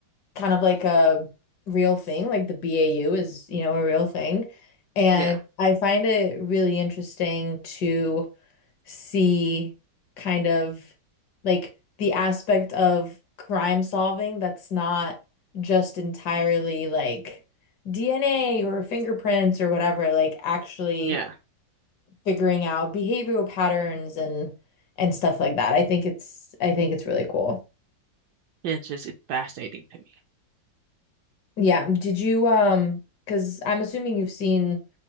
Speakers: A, on the left (about 65°); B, on the right (about 70°).
A: kind of like a real thing, like the BAU is, you know, a real thing. And
B: Yeah.
A: I find it really interesting to see kind of like the aspect of crime solving that's not just entirely like DNA or fingerprints or whatever, like actually
B: Yeah.
A: figuring out behavioral patterns and and stuff like that. I think it's I think it's really cool.
B: It's just it's fascinating to me.
A: Yeah. Did you um because I'm assuming you've seen